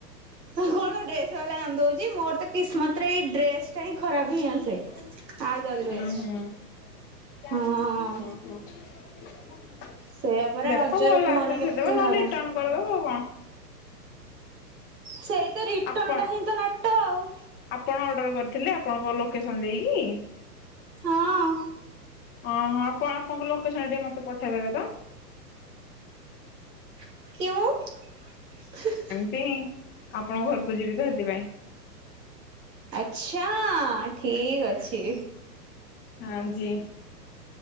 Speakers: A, on the right (about 75°); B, on the left (about 20°).
A: କଣ ଡ୍ରେସ ବାଲା କାନ୍ଦଉଛି ମୋର ତ କିସ୍ମତ ରେ ଏଇ ଡ୍ରେସ ଟା ହିଁ ଖରାପ ହିଁ ଆସେ।
B: ହଁ
A: ଆଜ
B: ହ
A: ଅଲୱେଜ
B: ହୋ ଦେଖ ଭଲ
A: ହଁ।
B: ଆସିଲି ରଖି ଦେବ। ନହେଲେ
A: ସେଇଆ ପରା
B: ରିଟର୍ଣ
A: ରଜରେ କୁହନା
B: କରିଦବ
A: କେତେ ହରା
B: ଆଉ କଣ।
A: ସେଇତ ରିଟର୍ଣ
B: ଆପଣ
A: ଟା ହିଁ, ତ ନାଟ ଆଉ।
B: ଆପଣ ଅର୍ଡର କରିଥିଲେ, ଆପଣଙ୍କ ଲୋକେସନ ଦେଇକି।
A: ହଁ।
B: ଓହୋ! ଆପଣ ଆପଣଙ୍କ ଲୋକେସନ ଟିକେ ମତେ ପଠେଇଦେବେ ତ।
A: କ୍ୱିଁ।
B: ସେ ହିଁ ଆପଣଙ୍କ ଘରକୁ ଯିବି ତ ସେଥିପାଇଁ।
A: ଆଛା ଠିକ ଅଛି।
B: ହଁ ଜି।